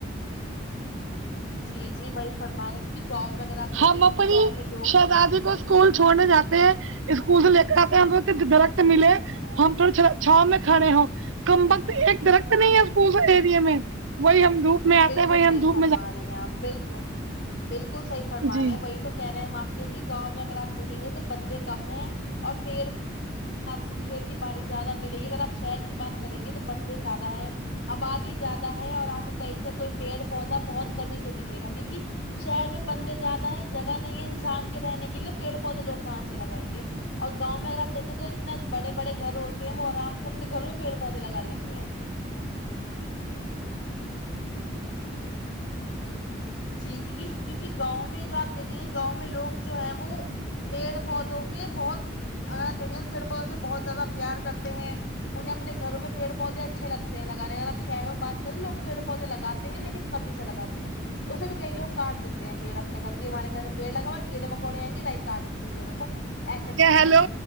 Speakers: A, on the left (about 65°); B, on the right (about 85°).
A: جی جی وہی فرما رہے ہیں، کیونکہ گاؤں میں اگر آپ دیکھیں
B: ہم اپنی
A: گے تو گاؤں میں لوگ
B: شہزادی کو اسکول چھوڑنے جاتے اسکول سے لے کر آتے ہیں ہم درخت ملے ہم تھوڑ چھاؤ میں کھڑے ہو کم وقت ایک درخت نہیں ہے اسکول ایریے میں وہی ہم دھوپ میں آتے
A: بالکل
B: ہیں وہی
A: صحیح
B: ہم دوپ
A: فرما رہی ہیں آپ بالکل بالکل صحیح فرما
B: جی
A: رہے ہیں وہی تو کہہ رہے ہیں ہم آپ سے کہ گاؤں میں اگر آپ دیکیں گے تو بندے کم ہیں اور پیڑ آپ کو کھیتی باڑی زیادہ ملے گی اگر آپ شہر کی بات کریں گے تو بندے زیادہ ہے آباد ہی زیادہ ہے اور آپ کو کہیں سے کوئی پیڑ پودا بہت کمی سے دکھے گا کیوںکہ شہر میں بندے زیادہ ہے جگہ نہیں ہے انسان کے رہنے کے لیے پیڑ پودے لوگ کہاں سے لگائیں گے اور گاؤں میں اگرپ دیکھیں تو اتنے بڑے بڑے گھر ہوتے ہیں وہ آرام سے اپنے گھروں میں پیڑ پودے لگا لیتے ہیں جی ج کیونکہ گاؤں میں جو آپ دیک گاؤں میں لوگ جو ہیں وہ پیڑ پودوں کے بہت اگر آپ دینگل پیڑ پود سے بہت زیادہ پیار کرتے ہیں انہ اپنے گھر میں پڑ پودے اچھے لگتے لگانے اگر آپ شہروں میں بات کریں تو لوگ پڑ پودے لگاتے ہیں لیکن کمی ہی سے لگاتے ہیں اسے بھی کئی لگ کاٹ دیتے پڑ اپنے گھر کے ہمارے گھر میں پڑ لگا کیڑے مکوڑےئ گے لائک کاٹ دییے پیڑوں کو ایسے کرتے
B: ہیلو
A: ہیں